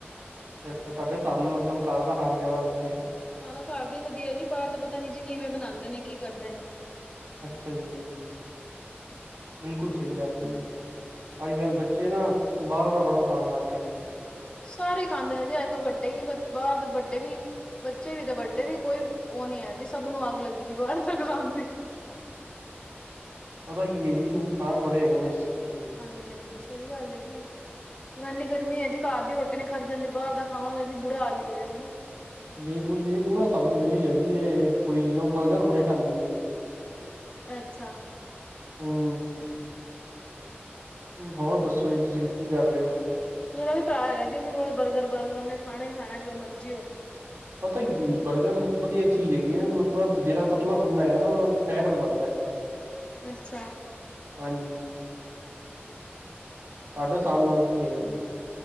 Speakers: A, on the right; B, on the left.
A: ਅੱਛਾ ਛਾ ਤੁਹਾਡੇ ਹਸਾਬ ਨਾਲ ਮਤਲਬ ਘਰ ਦਾ ਖਾਣਾ ਜ਼ਿਆਦਾ ਵਧੀਆ ਹੈ।
B: ਖਾਨਾ ਘਰ ਦਾ ਹੀ ਵਧੀਆ ਜੀ ਬਾਹਰ ਤੇ ਪਤਾ ਨੀ ਜੀ ਕਿਵੇਂ ਬਣਾਉਂਦੇ ਨੇ ਕੀ ਕਰਦੇ ਨੇ।
A: ਅੱਛਾ ਜੀ, ਬਿਲਕੁਲ ਸਹੀ ਗੱਲ ਹੈ ਜੀ। ਅੱਜ ਕੱਲ ਬੱਚੇ ਨਾ, ਬਾਹਰ ਦਾ ਬੜਾ ਖਾਣ ਲੱਗ ਗਏ ਨੇ।
B: ਸਾਰੇ ਹੀ ਖਾਂਦੇ ਨੇ ਜੀ ਅੱਜ ਕੱਲ ਵੱਡੇ ਵੀ ਬਾਹਰ ਦੇ ਵੱਡੇ ਵੀ। ਬੱਚੇ ਵੀ ਤੇ, ਵੱਡੇ ਵੀ ਕੋਈ ਉਹ ਨੀ ਹੈ ਜੀ ਸਭ ਨੂੰ ਅੱਗ ਲੱਗੀ ਦੀ ਬਾਹਰ ਦੇ ਖਉਣ ਦੀ।
A: ਪਤਾ ਕੀ ਏ ਜੀ ਨੁਕਸਾਨ ਬੜੇ ਹੈਗੇ ਨੇ ਇਸ ਚੀਜ਼ ਦੇ।
B: ਹਾਂਜੀ-ਹਾਂਜੀ ਸਈ ਗੱਲ ਏ ਜੀ, ਹੁਣ ਇੰਨੀ ਗਰਮੀ ਐ ਜੀ ਘਰ ਦੀ ਰੋ ਟੀ ਨੇ ਖਰ ਜਾਂਦੀ ਬਰ ਦਾ ਖਾਵਾਂਗੇ ਜੀ ਬੁਰਾ ਹਾਲ ਈ ਹੋਏਗਾ ਨਾ।
A: ਬਿਲਕੁੱਲ ਜੀ ਇੱਕ ਨਾ ਸਾਡੀ ਜੇੜੀ ਹੈਗੀ ਏ ਇੱਕ ਕੁੜੀ ਓ ਬਰਗਰ ਬੜੇ ਖਾਂਦੀ ਏ।
B: ਅੱਛਾ।
A: ਹੂੰ। ਹੋਰ ਦੱਸੋ ਜੀ ਤੁਸੀਂ ਕੀ ਕਰ ਰੇ ਓ?
B: ਮੇਰਾ ਵੀ ਭਰਾ ਹੈਗਾ ਜੀ ਓ ਵੀ ਰੋਜ਼ ਬਰਗਰ-ਬਰਗਰ ਉਨੇ ਖਾਣਾ ਈ ਖਾਣਾ ਜੋ ਮਰਜ਼ੀ ਹੋਜੇ।
A: ਪਤਾ
B: ਜੇੜਾ
A: ਕੀ ਜੀ, ਬਰਗਰ ਵਧੀਆ ਚੀਜ਼ ਹੈਗੀ ਹੈ ਮਤਲਬ ਜਿਹੜਾ ਪਤਲਾ
B: ਵਧੀਆ ਹੁੰਦਾ
A: ਬੰਦਾ ਹੈਗਾ
B: ਐ
A: ਨਾ ਉਹਦਾ
B: ਬਈ
A: ਫੈਟ
B: ਬੈ
A: ਵਧਾਉਂਦਾ
B: ਕੇ ਖਾਦੈ।
A: ਹੈ।
B: ਅੱਛਾ।
A: ਹਾਂਜੀ। ਤੁਹਾਡਾ ਸਾਅਮ ਨਾਲ ਕੀ ਹੈਗਾ ਜੀ।